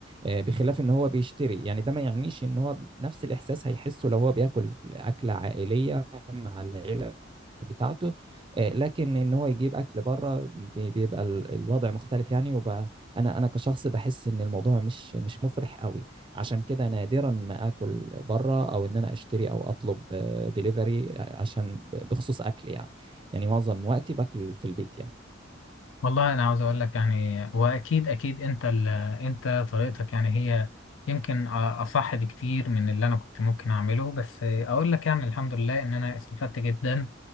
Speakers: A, on the right; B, on the left.
A: آه، بخلاف ان هو بيشتري يعني ده ما يعنيش ان هو نفس الاحساس هيحسه لو هو بياكل اكله عائليه مع العيله بتاعته آه، لكن ان هو يجيب اكل بره بي- بيبقى ال- الوضع مختلف يعني وبقى انا انا كشخص بحس ان الموضوع مش مش مفرح قوي عشان كده نادرا ما اكل بره او ان انا اشتري او اطلب ديليفري عشان بخصوص اكل يعني يعني معظم وقتي باكل في البيت يعني
B: والله أنا عاوز أقول لك يعني وأكيد أكيد أنت ال أنت طريقتك يعني هي يمكن أ- أصح بكتير من اللي أنا كنت ممكن أعمله بس آه، أقول لك يعني الحمد لله إن أنا استفدت جدا